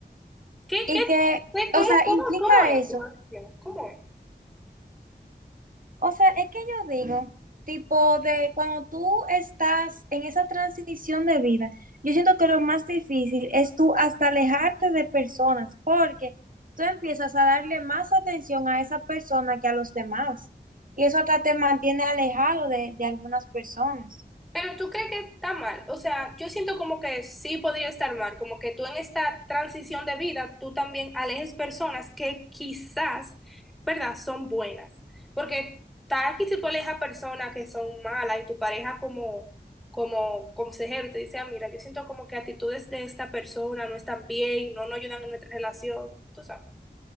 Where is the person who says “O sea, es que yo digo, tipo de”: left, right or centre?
Right